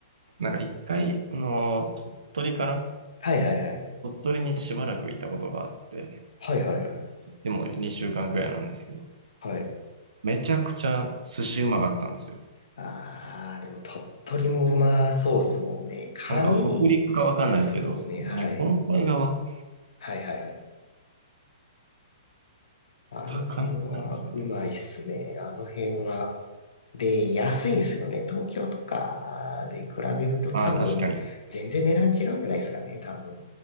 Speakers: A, on the right (about 80°); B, on the left (about 75°).
A: なんか一回、あの、鳥取かな
B: はいはいはい。
A: 鳥取にしばらくいたことがあって、
B: はいはいはい。
A: でも2週間くらいなんですけど、
B: はい。
A: めちゃくちゃ寿司うまかったんですよ。
B: ああ、でも鳥取もうまそうっすもんね。カニ
A: なんか北陸かわかんないですけど、
B: ですもんね。
A: その日本海側、
B: はい。はいはいはい。あの辺はうまいっすね。
A: 魚ないんですかね。
B: あの辺は。で、安いんですよね。東京とかで比べると多分、
A: ああ、確かに。
B: 全然値段違うんじゃないですかね、多分。